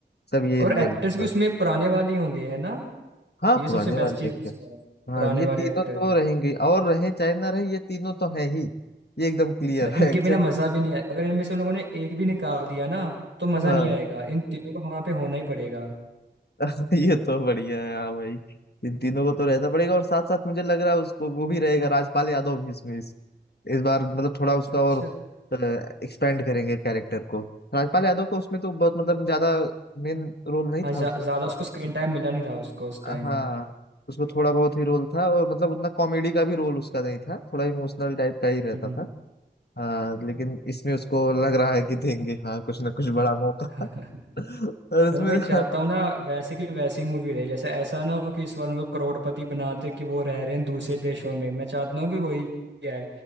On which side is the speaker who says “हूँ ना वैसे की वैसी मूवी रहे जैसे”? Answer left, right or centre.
Right